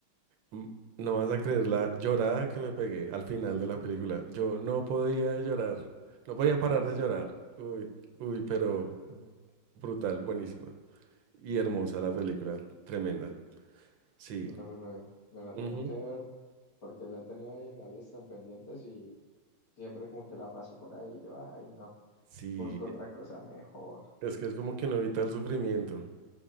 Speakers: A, on the right; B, on the left.
A: Mm, No vas a creer la llorada que me pegué al final de la película. Yo no podía de llorar. No podía parar
B: en
A: de
B: serio.
A: llorar. Uy, uy, pero brutal, buenísima. Y hermosa la película, tremenda. Sí.
B: No, pues me, me la
A: Ujú.
B: tengo que ver porque la he tenido ahí en la lista en pendientes y siempre como que la paso por ahí y yo, ay, no,
A: Sí,
B: busco otra cosa mejor.
A: es que es como que no evita el sufrimiento.